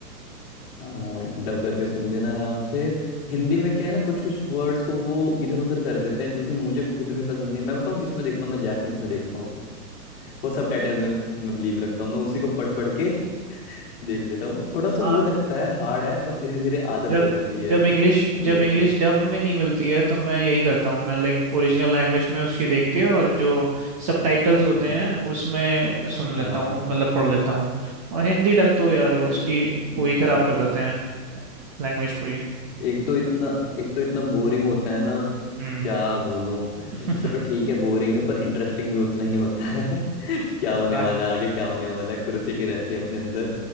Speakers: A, on the left (about 35°); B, on the right (about 20°).
A: हाँ डब करके सुन लेना आराम से हिंदी में क्या है ना कुछ कुछ वर्ड्स को वो इधर उधर कर देते हैं जो कि मुझे खुद भी पसंद नहीं है मैं बताऊँ किस में देखता हूँ मैं जापनीज में देखता हूँ वो सब टाइटल में मैं बिलीव रखता हूँ मैं उसी को पढ़ पढ़ के <laughs> देख लेता हूँ थोड़ा
B: हाँ
A: सा वो लगता है हार्ड है पर धीरे धीरे आदत
B: जब
A: हो जाती है
B: जब इंग्लिश
A: ये
B: जब इंग्लिश
A: है
B: डब में नहीं मिलती है तो मैं यही करता हूँ मैं लाइक ओरिजिनल लैंग्वेज में उसकी देख के और जो सबटाइटल्स
A: हम्म,
B: होते हैं उसमें सुन
A: हाँ
B: लेता हूँ मतलब पढ़ लेता हूँ और हिंदी डब तो यार वो
A: यार
B: उसकी
A: हम्म,
B: पूरी खराब कर देते हैं लैंग्वेज पूरी
A: एक तो इतना एक तो इतना बोरिंग होता है ना
B: हम्म।
A: क्या बोलूं
B: <laughs>
A: चलो ठीक है बोरिंग है पर इंटरेस्टिंग भी उतना ही होता है <laughs> कि क्या होने
B: बात
A: वाला है आगे क्या होने वाला है क्यूरियोसिटी रहती है अपने अंदर